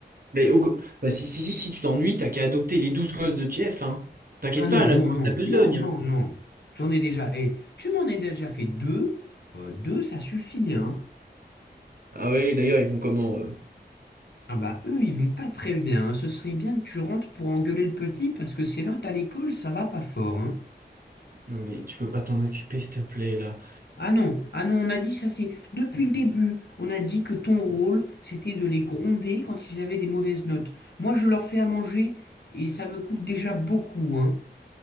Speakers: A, on the right; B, on the left.
A: Mais au co- bah, si, si, si, si tu t'ennuies, t'as qu'à adopter les douze gosses de Jeff. hein. T'inquiète
B: Ah non,
A: pas, là,
B: non,
A: t'auras
B: non,
A: ta besogne.
B: non, non,
A: hein.
B: non. J'en ai déjà. Et tu m'en as déjà fait deux. Euh, deux, ça suffit, hein.
A: Ah ouais, d'ailleurs, ils font comment, eux
B: Ah bah eux, ils vont pas très bien. hein. Ce serait bien que tu rentres pour engueuler le petit parce que ses notes à l'école, ça va pas fort, hein.
A: Non mais tu peux pas t'en occuper, s'il te plaît, là.
B: Ah non, ah non, on a dit ça, c'est depuis le début. On a dit que ton rôle, c'était de les gronder quand ils avaient des mauvaises notes. Moi, je leur fais à manger et ça me coûte déjà beaucoup, hein.